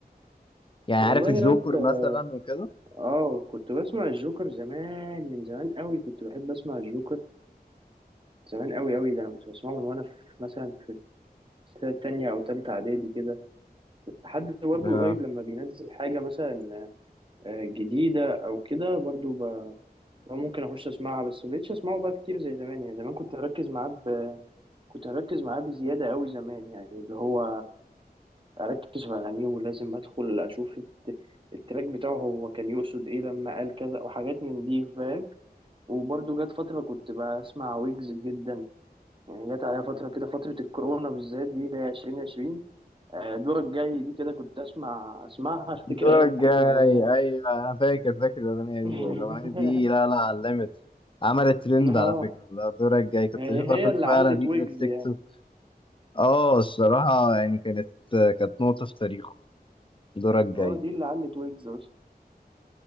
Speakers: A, on the left; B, on the right.
A: يعني
B: والله
A: عارف الجوكر
B: راب اه
A: مثلا وكده
B: آه، كنت بسمع الجوكر زمان من زمان قوي كنت بحب أسمع الجوكر زمان قوي قوي ده أنا كنت بسمعه من وأنا في مثلا في في تانية أو تالتة إعدادي كده لحد برضو
A: اه
B: قريب لما بينزل حاجة مثلا آه، جديدة أو كده برضو هو ممكن اخش اسمعها بس مبقتش اسمعه بقى كتير زي زمان يعني زمان كنت اركز معاه ب... كنت اركز معاه بزياده قوي زمان يعني اللي هو اركز في اغانيه ولازم ادخل اشوف الت... التراك بتاعه هو كان يقصد ايه لما قال كذا وحاجات من دي فاهم وبرده جت فتره كنت بسمع ويجز جدا يعني جت عليا فتره كده فتره الكورونا بالذات دي اللي هي 2020 آه، دورك جاي دي كده كنت اسمع اسمعها افتكر
A: دورك
B: ايام الكورونا
A: جاي
B: بقى فاهم
A: ايوه انا فاكر فاكر الاغنيه دي
B: <laughs>
A: الاغنيه دي لا لا علمت عملت ترند
B: اه
A: على فكره لا دورك جاي كنت
B: هي
A: اشوفها
B: هي
A: كل
B: اللي
A: شويه
B: علت
A: على ريلز
B: ويجز
A: التيك
B: يعني
A: توك اه الصراحه يعني كانت كانت نقطه في تاريخه دورك جاي
B: اه دي اللي علت ويجز اصلا